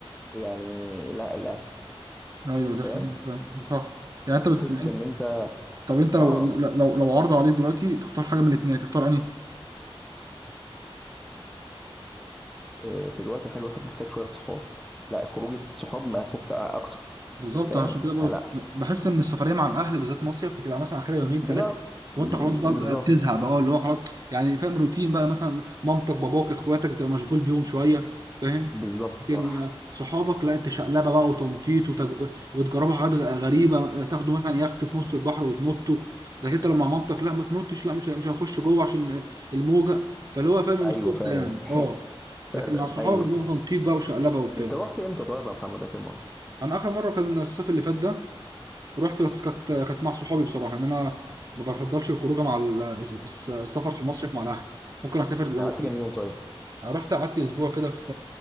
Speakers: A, in the centre; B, on the right.
A: يعني لا الاهل
B: ايوه
A: انت
B: ده
A: فاهم
B: حقيقي فعلا صح يعني انت بت...
A: تحس
B: يعني-
A: ان انت
B: طب انت لو
A: اه
B: لو لو عرضوا عليك دلوقتي تختار حاجه من الاثنين تختار انهي
A: آه، في الوقت الحلو الواحد محتاج شويه صحاب لا خروجه الصحاب ما تفك اكتر
B: بالظبط
A: فاهم
B: عشان كده بقولك
A: لا
B: بحس ان السفريه مع الاهل بالذات مصيف بتبقى مثلا اخرها يومين ثلاثه
A: ده ده-
B: وانت خلاص بقى
A: بالظبط
B: بقى بتزهق بقى اه اللي هو خلاص يعني فاهم روتين بقى مثلا مامتك باباك اخواتك بتبقى مشغول بيهم شويه فاهم
A: بالظبط
B: لكن
A: صح
B: صحابك لا انت شقلبه بقى وتنطيط وتج... وتجربوا حاجات غ- غريبه تاخدوا مثلا يخت في نص البحر وتنطوا لكن انت لو مع مامتك لا ما تنطش لا مش مش هنخش جوه عشان الموجه فاللي هو فاهم الخوف
A: ايوه فعلا
B: ده يعني
A: <laughs>
B: اه
A: فعلا
B: لكن مع صحابك
A: ايوه
B: بيبقى تنطيط بقى وشقلبه وبتاع
A: انت رحت امتى طيب يا محمد اخر مره
B: انا اخر مره كان الصيف اللي فات ده رحت بس كانت كانت مع صحابي بصراحه ان انا ما بفضلش الخروج مع ال- الس- السفر في المصيف مع الاهل ممكن اسافر لو
A: يعني قعدت كام يوم طيب
B: رحت قعدت اسبوع كده في